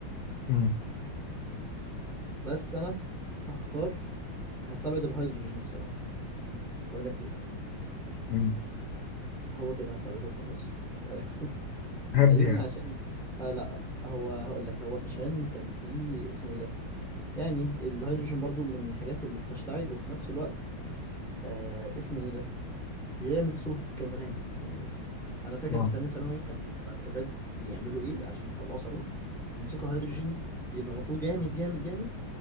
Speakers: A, on the left; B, in the centre.
A: مم.
B: بس انا هختار هستبعد الهيدروجين الصراحة اقول لك ليه
A: مم.
B: هو كده هستبعده خلاص <laughs>
A: هبد
B: تقريبا
A: يعني
B: عشان آه لا هو هقول لك هو عشان كان في اسمه ايه ده يعني الهيدروجين برضو من الحاجات اللي بتشتعل وفي نفس الوقت آه اسمه ايه ده بيعمل صوت كمان يعني انا فاكر
A: اه
B: في تانية ثانوي كان مركبات بيعملوا ايه عشان يطلعوا صاروخ يمسكوا هيدروجين يضغطوه جامد جامد جامد